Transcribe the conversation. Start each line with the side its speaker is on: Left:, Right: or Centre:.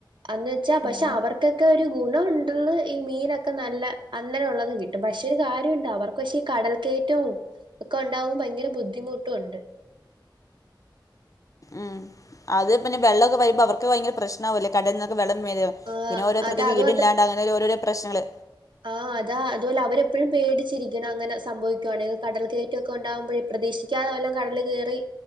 Right: അന്ന് വെച്ചാ പക്ഷെ
Left: ഉം
Right: അവർക്കൊക്കെ ഒരു ഗുണം ഉണ്ട് ഈ മീനൊക്കെ നല്ല അങ്ങനെ ഉള്ളത് കിട്ടും പക്ഷെ ഒരു കാര്യംണ്ട് അവർക്ക് പക്ഷേ ഈ കടൽ കയറ്റവും ഒക്കെ ഉണ്ടാകുമ്പോ ഭയങ്കര ബുദ്ധിമുട്ടും ഉണ്ട്
Left: ഉം അത് പിന്നെ വെള്ളമൊക്കെ വരുമ്പോ അവർക്ക് ഭയങ്കര പ്രശ്നമാവില്ലേ കടലീന്ന് വെള്ളെരെപിന്നെ
Right: ആഹ്
Left: ഓരോരുത്തർക്ക്
Right: അതാ
Left: വീട്
Right: അത്
Left: ഇില്ലാണ്ട് അങ്ങന ഓരോരോ പ്രശ്നങ്ങള്
Right: ആതാ അതുപോലെ അവര് എപ്പോഴും പേടിച്ചിരിക്കണം അങ്ങനെ സംഭവിക്കുകവാണെങ്കിൽ കടൽ കയറ്റുമൊക്കെ ഉണ്ടാവുമ്പോഴ പ്രതീക്ഷിക്കാതെല്ലാം കടല് കയറി